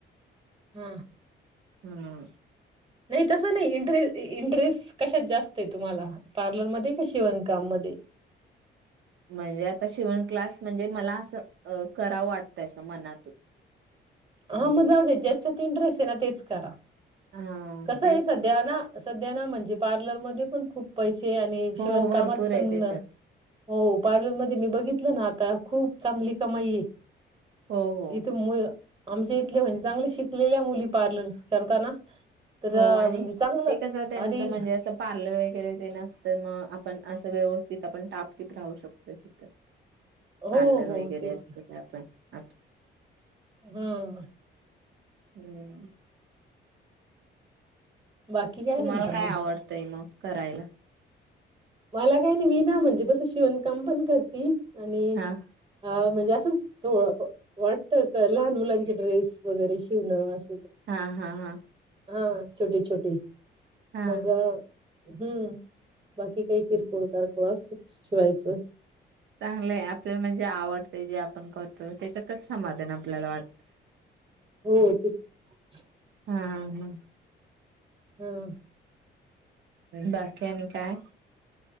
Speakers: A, on the right; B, on the right.
A: ह
B: हम
A: नाही तस नाही इंटरे इंट ट्रेस कशात जास्त आहे तुम्हाला पार्लरमध्ये कि शिवणकाम मध्ये
B: म्हणजे आता शिवण क्लास म्हणजे मला असं अ करावं वाटतय मनातून म्हणजे
A: आ म जाउदे ज्याचं इंट्रेसेना तेच करा.
B: हा
A: कसंय
B: तेच
A: सध्या ना सध्या ना म्हणजे पार्लरमध्येध्ये पण खूप पैसे ते आणि शिवणकामात
B: हो भरपूर आहे
A: पण
B: त्याच्यात
A: हो पार्लरमध्येध्ये मी बघितलं ना आता खूप चांगली कमाईये
B: हो हो
A: इथे म आमच्या इथले म्हणजे चांगले शिकलेल्या मुली पार्लरस करताना तर
B: हो आणि
A: म्हणजे चांगलं
B: ते कसं त्यांचं
A: आणि
B: म्हणजे असं पार्लर वगैरे तेन असतं मग पण असं व्यवस्थित आपण टापटीप राहू शकतोय तिथं
A: हो
B: पार्लर
A: हो
B: वगैरे
A: तेच
B: असत ते आपण <inaudible>
A: हम्म
B: <unintelligible>
A: बाकी
B: तुम्हाला
A: म्हणता
B: काय
A: मग
B: आवडतंय मग करायला?
A: मला काय नाही मी ना म्हणजे तसं शिवणकाम पण करती. आणि
B: हा
A: हा म्हणजे असंच <unintelligible> वाटतं का लहान मुलांचे ड्रेस वगैरे शिवणं अस.
B: हा हा हा.
A: हा छोटी - छोटी.
B: हा
A: मग हम्म बाकी काही किरकोळ कारकोळ असतचं शिवायचं.
B: चांगलंय आपल्याला म्हणजे आवडतंय जे आपण करतो त्याच्यातच समाधान आपल्याला वाटतं.
A: हो तेच <unintelligible>
B: हा हा
A: हम्म
B: बाकी आणि काय?